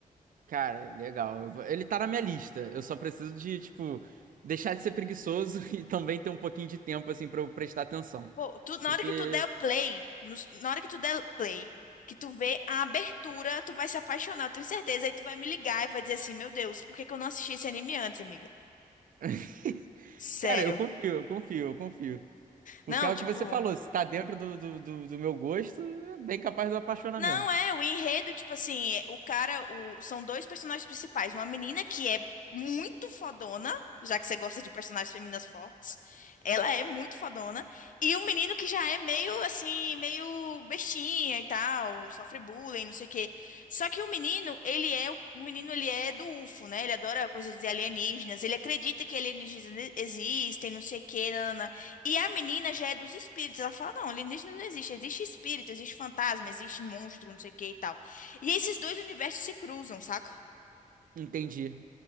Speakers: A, on the right (about 65°); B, on the left (about 65°).
A: Cara, legal. Eu vou- Ele tá na minha lista. Eu só preciso de, tipo, deixar de ser preguiçoso <laughs> e também ter um pouquinho de tempo, assim, pra eu prestar atenção.
B: Pô, tu- na
A: Porque,
B: hora que tu der o play, no- na hora que tu der play, que tu vê a abertura, tu vai se apaixonar, eu tenho certeza. Aí tu vai me ligar e vai dizer assim, meu Deus, por que que eu não assisti esse anime antes, amiga?
A: <laughs>
B: Sério.
A: cara, eu confio, eu confio, eu confio. Porque
B: Não,
A: é o
B: tipo,
A: que você falou, se tá dentro do, do, do, do meu gosto, é bem capaz do apaixonamento.
B: Não, é, o enredo, tipo assim, é, o cara, o, são dois personagens principais, uma menina que é muito fodona, já que você gosta de personagens femininas fortes, ela é muito fodona, e um menino que já é meio, assim, meio bestinha e tal, sofre bullying, não sei o quê. Só que o menino, ele é, o o menino, ele é do UFO, né? Ele adora coisas de alienígenas, ele acredita que alienígenas existem, não sei o quê, nananã. E a menina já é dos espíritos. Ela fala, não, alienígena não existe. Existe espírito, existe fantasma, existe monstro, não sei o que e tal. E esses dois universos se cruzam, saca?
A: Entendi.